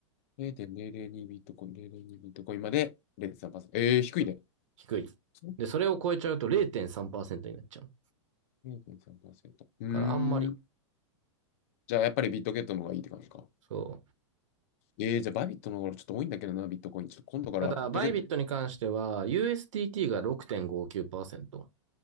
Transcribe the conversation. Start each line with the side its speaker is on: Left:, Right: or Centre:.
Left: 0.002ビットコイン、0.02ビットコインまで0.3%。えー、低いね。
Right: 低い。
Left: そう
Right: で、それを超えちゃうと0.3%になっちゃう。
Left: 0.3%。うー
Right: からあんまり。
Left: ん。じゃあ、やっぱりビットゲットの方がいいって感じか。
Right: そう。
Left: えー、じゃあ、バイビットの方がちょっと多いんだけどな、ビットコイン。ちょっと今度からビットゲット。
Right: ただ、バイビットに関しては、USDT が6.59%、